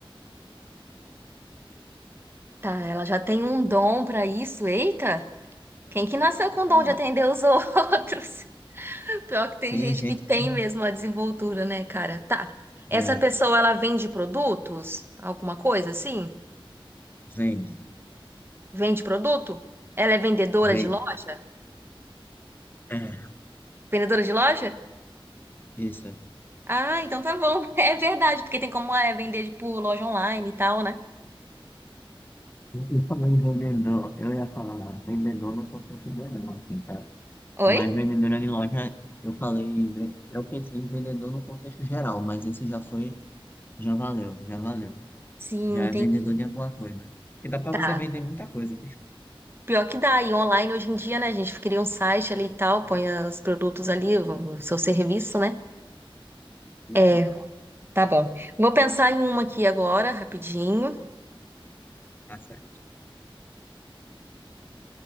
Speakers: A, on the right; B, on the left.
A: Tá, ela já tem um dom pra isso? Eita! Quem que nasceu com o
B: Pois
A: dom de
B: é.
A: atender os <laughs> outros? Pior que tem
B: Tem
A: gente
B: gente
A: que tem
B: que
A: mesmo a desenvoltura, né, cara? Tá. Essa
B: é,
A: pessoa, ela vende produtos? Alguma coisa assim?
B: vende.
A: Vende produto? Ela é vendedora
B: Vem,
A: de loja?
B: é,
A: Vendedora de loja?
B: isso.
A: Ah, então tá bom. <laughs> É verdade, porque tem como é, vender por loja online e tal, né?
B: Eu falei vendedor, eu ia falar vendedor no contexto geral, assim, sabe?
A: Oi?
B: Mas vendedora de loja, eu falei, ve- eu pensei em vendedor no contexto geral, mas esse já foi, já valeu, já valeu.
A: Sim,
B: Já
A: entendi.
B: é vendedor de alguma coisa. Porque dá pra
A: Tá.
B: você vender muita coisa.
A: Pior que dá, e online hoje em dia, né, gente? Cria um site ali e tal, põe os produtos ali, o o seu serviço, né?
B: Então,
A: É, tá bom. Vou pensar em uma aqui agora, rapidinho.
B: tá certo,